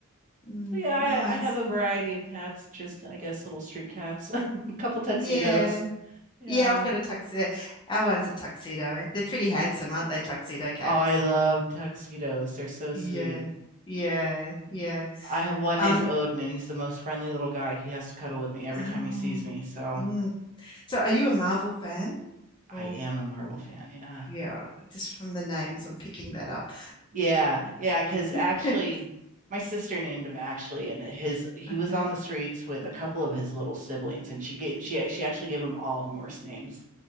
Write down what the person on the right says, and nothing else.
so yeah,
I, I have a variety of cats, just I guess little street cats, <laughs> a couple tuxedos.
Yeah.
Oh, I love tuxedos. They're so sweet.
I have one
named Odin, and he's the most friendly little guy. He has to cuddle with me every
time he sees me. So
I am a Marvel fan. Yeah.
Yeah, yeah, because actually,
my sister named him actually, and his he
was on the streets with a couple of his little siblings, and she gave she she actually gave them all Norse names.